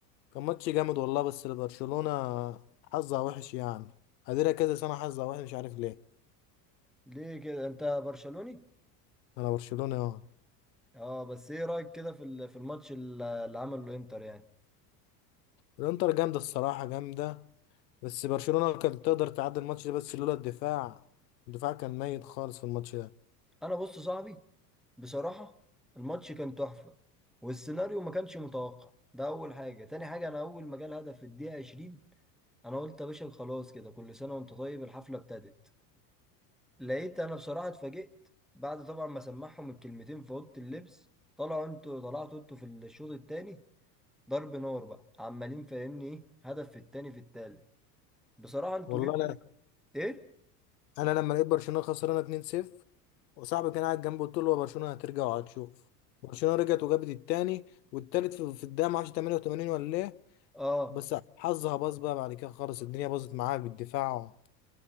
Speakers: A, on the left; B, in the centre.
A: كان ماتش جامد والله بس برشلونة حظها وحش يعني قادرة كذا سنة حظها وحش مش عارف ليه
B: ليه كده انت برشلوني؟
A: انا برشلونة اه
B: اه بس ايه رأيك كده في ال- في الماتش ال- اللي عمله الانتر يعني؟
A: الانتر جامدة الصراحة جامدة بس برشلونة كانت تقدر تعدي الماتش ده بس لولا الدفاع الدفاع كان ميت خالص في الماتش ده
B: انا بص صاحبي بصراحة الماتش كان تحفة والسيناريو ما كانش متوقع ده اول حاجة، تاني حاجة انا اول ما جه الهدف في الدقيقة 20 انا قلت يا باشا خلاص كده كل سنة وانت طيب الحفلة ابتدت لقيت انا بصراحه اتفاجئت بعد طبعا ما سمعهم الكلمتين في اوضه اللبس طلعوا انتوا طلعتوا انتوا في الشوط الثاني ضرب نار بقى عمالين فاهمني ايه هدف في الثاني في الثالث بصراحه انتوا
A: والله
B: جبتوا
A: انا
B: ايه
A: انا لما لقيت برشلونة خسرانة 2-0 وصاحبي كان قاعد جنبي قلت له هو برشلونة هترجع وهتشوف برشلونة رجعت وجابت التاني والتالت في في الدقيقة ما اعرفش 88 ولا ايه
B: اه
A: بس حظها باظ بقى بعد كده خالص الدنيا باظت معاها بالدفاع